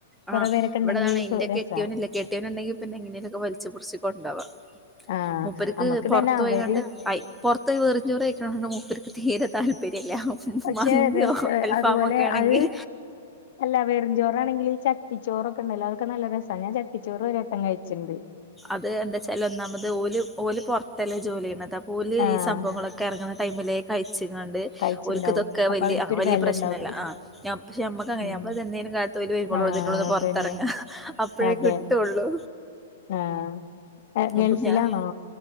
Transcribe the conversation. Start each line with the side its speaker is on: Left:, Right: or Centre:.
Centre: ആ
Left: കൊറേ പേരൊക്കെ
Centre: ഇവിടെതാണ്
Left: ഇണ്ടെങ്കി
Centre: ഇ
Left: സു
Centre: ന്റെക്കെട്ടിയോനില്ല
Left: രസാ
Centre: കെട്ടിയോന്ണ്ടെങ്കിൽ പിന്നെ എങ്ങനെലൊക്കെ വലിച്ചുപിടിച്ചു കൊണ്ടോവാം
Left: ആഹ്
Centre: മൂപ്പര്ക്ക്
Left: നമ്മക്ക്
Centre: പുറത്ത്
Left: തന്നെ അവര്
Centre: പോയികാണ്ട് അയ്‌പുറത്ത് പോയി വേറ്ജോറ് കഴിക്കാണ മൂപ്പരിക്ക് തീരെ താല്പര്യല്ല
Left: പക്ഷെ
Centre: മന്തിയോ
Left: രസ
Centre: അൽഫാമ
Left: അതുപോലെ
Centre: ക്കെ ആണെങ്കിൽ
Left: അത് അല്ല വെറുംചോറാണെങ്കിൽ ച ട്ടിച്ചോറൊക്കെ ഉണ്ടല്ലോ അതൊക്കെ നല്ല രസാണ് ഞാൻ ചട്ടിച്ച ചോറ് ഒരട്ടം കഴിച്ചിണ്ട്.
Centre: അത് എന്താച്ചാല് ഒന്നാമത് ഓല് ഓല് പുറത്തല്ലേ ജോലി യ്യണത് അപ്പൊ ഓല്
Left: ആഹ്
Centre: ഈ സംഭവങ്ങളൊക്കെ എറങ്ങണ ടൈമില് ച്ച് കാണ്ട്
Left: കഴിച്ചിണ്ടാവും
Centre: ഓല്ക് ഇതൊക്കെ
Left: അപ്പൊ
Centre: വലിയ
Left: അവർക്കൊരു
Centre: വലിയ
Left: വില
Centre: പ്രശ്നമല്ല
Left: ഉണ്ടാവുള്ളു
Centre: ആ പക്ഷെ നമ്മക്ക്ങ്ങനെതെന്തെലും
Left: ഉം
Centre: ക ഓല് വരുമ്പോളുള്ളൂ
Left: ആഹ്
Centre: ഇതിന്റെ ഉള്ളന്ന് ഒന്ന്
Left: അതന്നെ
Centre: പുറത്തിറങ്ങ അപ്പോഴേ
Left: അതെ
Centre: കിട്ടുള്ളൂ
Left: ആഹ് ഗൾഫിലാണോ
Centre: അപ്പ ഞാൻ